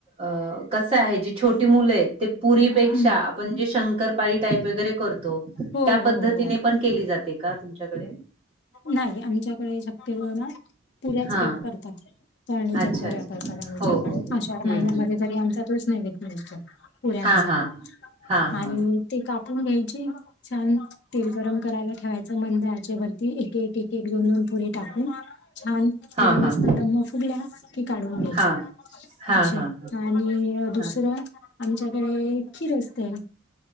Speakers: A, on the right; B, on the left.
A: अ कसं आहे, जी छोटी मुलं आहेत ते पुरी पेक्षा
B: हम्म
A: आपण जे शंकरपाळी टाईप वगैरे करतो,
B: हो
A: त्या
B: हो
A: पद्धतीने
B: हो
A: पण केली जाते का, तुमच्याकडे?
B: नाही, आमच्याकडे शक्यतो ना पुऱ्याच
A: हा
B: करतात. तळणीच्या
A: अच्छा
B: पुऱ्या
A: अच्छा
B: करतात, आमच्याकडे
A: हो हो हम्म
B: आषाढ महिन्यामध्ये
A: हम्म
B: तरी आमचा तोच नैवेद्य असतो. पुऱ्यांचा.
A: हा हा हा
B: आणि
A: हा.
B: ते कापून घ्यायचे, छान तेल गरम करायला ठेवायचं. मंद आचेवरती एक एक एक दोन दोन पुरीे टाकून छान
A: हा
B: पुऱ्या
A: हा
B: मस्त टम्म फुगल्या कि, काढून घ्यायच्या
A: हा हा
B: असे
A: हा
B: आणि दुसरं
A: हा
B: आमच्या कडे खीर असते.